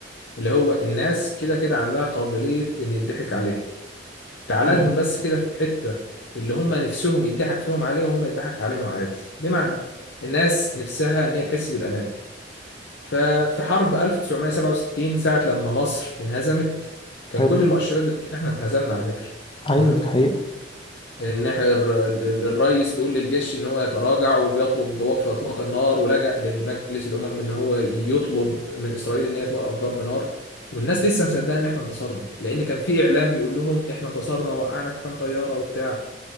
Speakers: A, on the left (about 75°); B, on the left (about 30°).
A: اللي هو الناس كده كده عندها قابليه ان يضحك عليها تعال
B: مم.
A: لهم بس كده في الحته اللي هم نفسهم يضحك فيهم عليها وهم يضحك عليهم عادي بمعنى الناس نفسها ان هي تحس بالامان ففي حرب 1967 ساعة لما مصر انهزمت كان
B: حلو
A: كل المؤشرات بتقول ان احنا انهزمنا على فكرة
B: أيوة
A: تمام
B: دي حقيقة
A: ان احنا الر- ال- ال- الرئيس بيقول للجيش ان هو يتراجع وبيطلب وقف اطلاق النار ولجأ للمجلس الامم ان هو يطلب من اسرائيل ان هي توقف ضرب نار والناس لسه مصدقه ان احنا انتصرنا لان كان في اعلام بيقول لهم احنا انتصرنا وقعنا كام طياره وبتاع